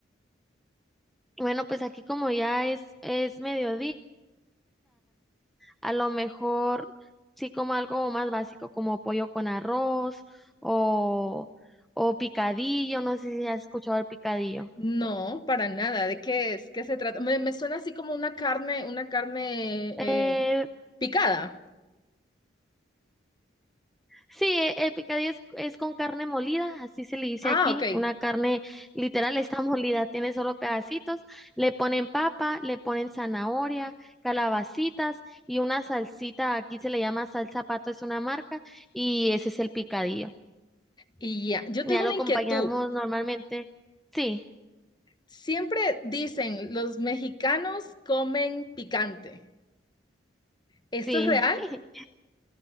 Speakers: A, in the centre; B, on the left.
A: bueno, pues aquí como ya es, es mediodía, a lo mejor sí como algo más básico como pollo con arroz o, o picadillo, no sé si has escuchado el picadillo.
B: No, para nada. ¿De qué es? ¿Qué se trata? Me, me suena así como una carne, una carne
A: Eh,
B: eh, picada.
A: Sí, e- el picadillo es, es con carne molida, así se le dice
B: Ah,
A: aquí,
B: ok.
A: una carne literal está <laughs> molida, tiene solo pedacitos, le ponen papa, le ponen zanahoria, calabacitas y una salsita, aquí se le llama salsa pato, es una marca, y ese es el picadillo.
B: Y ya, yo
A: Ya
B: tengo
A: lo
B: una
A: acompañamos
B: inquietud.
A: normalmente, sí,
B: Siempre dicen, los mexicanos comen picante. ¿Esto
A: sí.
B: es real?
A: <laughs>